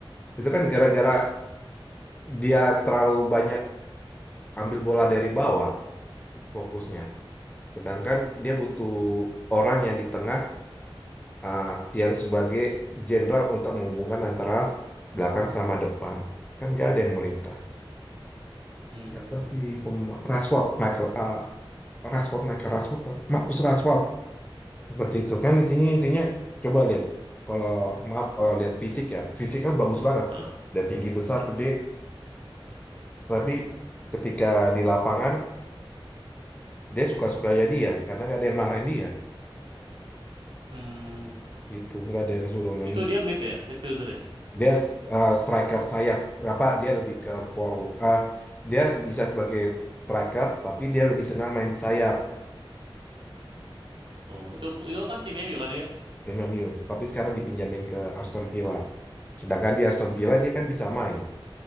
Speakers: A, on the left; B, on the right.
A: itu kan gara-gara dia terlalu banyak ambil bola dari bawah fokusnya. Sedangkan dia butuh orang yang di tengah ah, yang sebagai jenderal untuk menghubungkan antara belakang sama depan. Kan nggak ada yang merintah.
B: Hmm.
A: Berarti pem Rashford, Michael, ah, Rashford, Michael Rashford, Marcus Rashford. Seperti itu kan intinya intinya coba lihat. Kalau maaf kalau lihat fisik ya, fisiknya bagus banget
B: Ah.
A: tuh. Udah tinggi besar gede, tapi ketika di lapangan dia suka-suka ya dia karena nggak ada yang marahin dia
B: Hmm.
A: itu nggak ada yang suruh nen-
B: Itu dia mid ya, midfielder ya.
A: dia ah, striker sayap apa dia lebih ke forward ah, dia bisa sebagai striker tapi dia lebih senang main di sayap
B: Oh itu itu kan tim MU kan ya.
A: tim MU. Tapi sekarang dipinjamin ke Aston Villa. Sedangkan di Aston Villa dia kan bisa main,